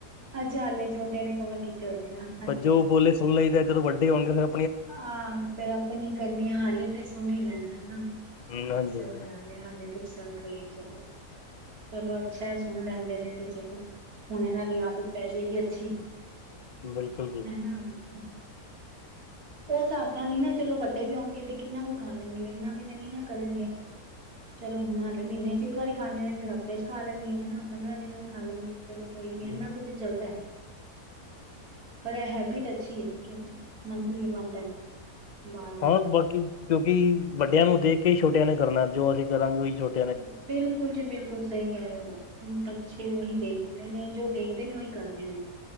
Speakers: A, on the right; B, on the left.
A: ਅੱਛਾ ਹਲੇ ਛੋਟੇ ਨੇ ਕਵਰ ਕੀਤੇ ਹੋਏ ਨੇ ਨਾ ਹਾਲੇ
B: ਪਰ ਜੋ ਉਹ
A: ਤੋਂ
B: ਬੋਲੇ ਸੁਣ ਲਈ ਤਾਂ ਜਦੋਂ ਵੱਡੇ ਹੋਣਗੇ ਫੇਰ
A: ਹਾਂ ਫੇਰ ਆਪਣੀ ਕਰਨੀ ਏ ਹਾਲੇ ਤੇ ਸੁਣ ਹੀ ਲੈਣ ਹਨਾ
B: ਹੂੰ ਹਾਂਜੀ
A: ਸਹੀ
B: ਹਾਂਜੀ
A: ਗੱਲ ਹਾਲੇ, ਹਾਲੇ ਤੇ ਚੱਲ ਰਹੀ ਚਲੋ, ਚਲੋ ਅੱਛਾ ਸੁਣ ਲੈਂਦੇ ਨੇ ਤੇ ਚਲੋ ਹੁਣ ਇਹਨਾਂ ਦੀ ਆਦਤ ਪੈ ਜਾਏਗੀ ਅੱਛੀ,
B: ਬਿਲਕੁਲ ਜੀ
A: ਹਨਾ ਹੁੰ ਹਿਸਾਬ ਨਾਲ ਵੀ ਨਾ ਚਲੋ ਵੱਡੇ ਵੀ ਆਉਣਗੇ ਤੇ ਕਿੰਨਾ ਕੁ ਖਾ ਲੇਣਗੇ, ਇੰਨਾ ਵੀ ਤਾਂ ਨੀ ਨਾ ਕਰਨਗੇ, ਚਲੋ ਹੁਣ ਨਾਲੇ ਮਹੀਨੇ 'ਚ ਇੱਕ ਵਾਰੀ। ਖਾਂਦੇ ਨੇ ਫੇਰ ਹਫ਼ਤੇ 'ਚ ਖਾ ਲੈਂਣਗੇ ਹਨਾ, ਪੰਦਰਾਂ ਦਿਨਾਂ ਨੂੰ ਖਾ ਲੈਂਣਗੇ ਚਲੋ ਕੋਈ ਨੀ ਇਹਨਾ
B: ਹੂੰ,
A: ਕੁ ਤੇ 'ਚ ਚੱਲਦਾ ਏ, ਪਰ ਇਹ ਹੈਬਿਟ ਅੱਛੀ ਹੈ ਕਿਂ ਔਨਲੀ ਵਨ ਟਾਈਮ। ਦਾ
B: ਹਾਂ
A: ਖਾਣਾ
B: ਬਾਕੀ ਕਿਉਂਕਿ ਵੱਡਿਆਂ ਨੂੰ ਦੇਖ ਕੇ ਛੋਟਿਆਂ ਨੇ ਕਰਨਾ, ਜੋ ਅਸੀਂ ਕਰਾਂਗੇ ਉ ਛੋਟੇ
A: ਹੂੰ, ਬਿਲਕੁਲ ਜੀ ਬਿਲ ਬਿਲਕੁਲ ਸਹੀ ਕਹਿ ਰਹੇ ਹੋ, ਬੱਚੇ ਉਹੀ ਦੇਖਦੇ ਨੇ ਜੋ ਦੇਖਦੇ ਨੇ ਉਹੀ ਕਰਦੇ ਨੇ।